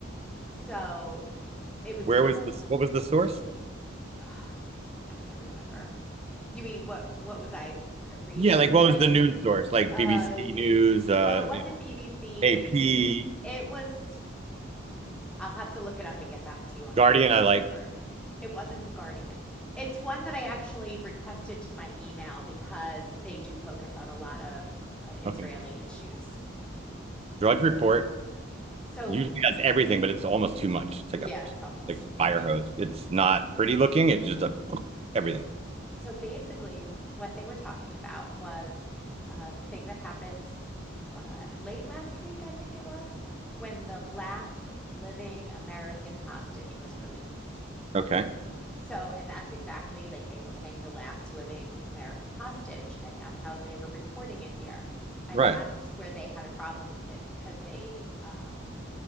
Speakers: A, in the centre; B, on the right (about 30°).
A: So it was
B: Where
A: about
B: was this? What was the source?
A: ugh, I can't remember. You mean what what was I reading?
B: Yeah, like
A: It was
B: what
A: like
B: was the news
A: you
B: source? Like
A: uh
B: BBC News, uh,
A: no, it wasn't
B: you know,
A: BBC
B: AP,
A: News. It was Mm, I'll have to look it up and get back to you on
B: Guardian.
A: it. I can't
B: I
A: remember.
B: like.
A: It wasn't The Guardian. It's one that I actually requested to my email because they do focus on a lot of uh, Israeli
B: Okay,
A: issues.
B: Drudge Report
A: So,
B: usually has everything, but it's almost too much. It's like
A: yeah,
B: a
A: it's almost
B: like
A: too much.
B: fire hose. It's not pretty looking. It's just a everything.
A: So, basically, what they were talking about was uh, the thing that happened uh, late last week, I think it was, when the last living American hostage was released.
B: Okay,
A: So, and that's exactly like they were saying the last living American hostage, and that's how they were reporting it here. And
B: right.
A: that's where they had a problem with it because they um,